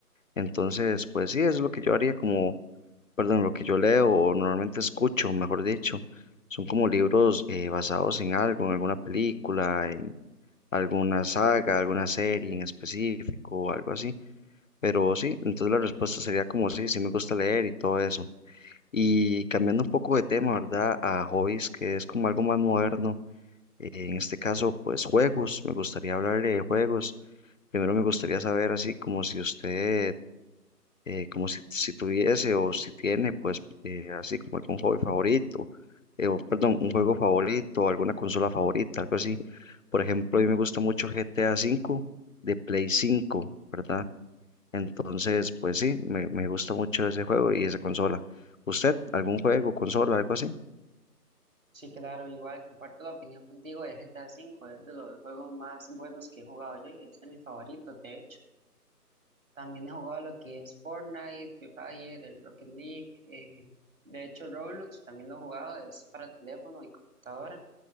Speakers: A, on the left; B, on the right.
A: Entonces, pues sí, eso es lo que yo haría como, perdón, lo que yo leo o normalmente escucho, mejor dicho. Son como libros eh, basados en algo, en alguna película, en alguna saga, alguna serie en específico, algo así. Pero sí, entonces la respuesta sería como sí, sí me gusta leer y todo eso. Y cambiando un poco de tema, ¿verdad? A hobbies, que es como algo más moderno. eh, En este caso, pues juegos, me gustaría hablarle de juegos. Primero me gustaría saber así como si usted, eh, como si, si tuviese o si tiene, pues eh, así como algún hobby favorito, eh, o, perdón, un juego favorito, alguna consola favorita, algo así. Por ejemplo, a mí me gusta mucho GTA V de Play cinco ¿verdad? Entonces, pues sí, me, me gusta mucho ese juego y esa consola. ¿Usted, algún juego, consola, algo así?
B: Sí, claro, igual comparto la opinión contigo del GTA V, es de los juegos más buenos que he jugado yo y es de mis favoritos, de hecho. También he jugado lo que es Fortnite, Free Fire, el Rocket League, eh, de hecho Roblox también lo he jugado, es para teléfono y computadora